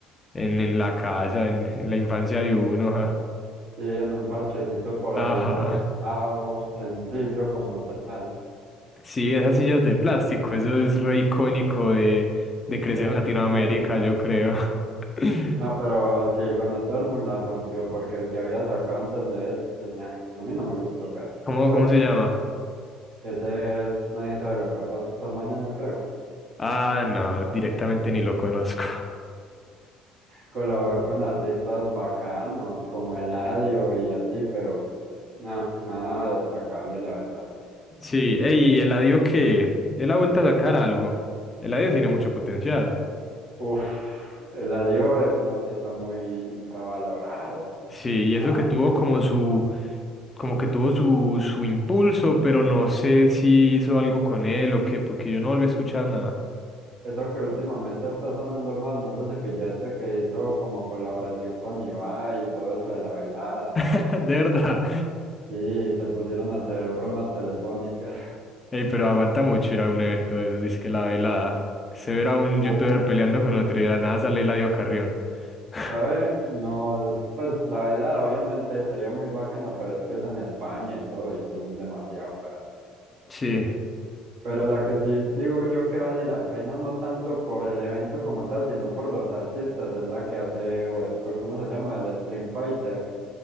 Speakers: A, on the left; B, on the right.
A: en, en la casa, en, en la infancia de uno. Ajá.
B: Sí, en un parchecito por
A: Ajá.
B: ahí relajado, sencillo como tal,
A: Sí, esas sillas de plástico, eso es re icónico de, de crecer
B: de Latinoamérica.
A: en Latinoamérica, yo creo. <laughs>
B: No, pero sí, con este álbum la rompió porque el que había sacado antes de ese, nah, a mí no me gustó casi.
A: ¿Cómo,
B: Pues
A: cómo se llama?
B: ese es, nadie sabe lo que va a pasar mañana, creo.
A: Ah, no, directamente ni lo conozco. <laughs>
B: Colaboró con artistas bacanos como Eladio y así, pero nada, nada destacable, la verdad.
A: Sí, ey, y Eladio que él ha vuelto a sacar algo. Eladio tiene mucho potencial.
B: Uf, Eladio es un artista muy infravalorado.
A: Sí, y
B: Ah,
A: eso que tuvo como su, como que tuvo su, su impulso, pero no sé si hizo algo con él o qué, porque yo no volví a escuchar nada.
B: Eso que últimamente está sonando más, no sé si pillaste que hizo como colaboración con Ibai y todo eso de la velada.
A: <laughs> De verdad.
B: Sí, se pusieron a hacer bromas telefónicas.
A: Ey, pero aguanta mucho ir a un evento de esos, dice que la velada. Se verá un
B: Uf,
A: youtuber peleando con otro y de la nada sale Eladio Carrión. <laughs>
B: ¿sabe? No, pues la velada obviamente sería muy bacana, pero es que es en España y todo, y eso es demasiado caro.
A: Sí,
B: Pero la que sí digo yo que vale la pena, no tanto por el evento como tal, sino por los artistas, es la que hace West Cole, ¿cómo se llama? El Stream Fighter.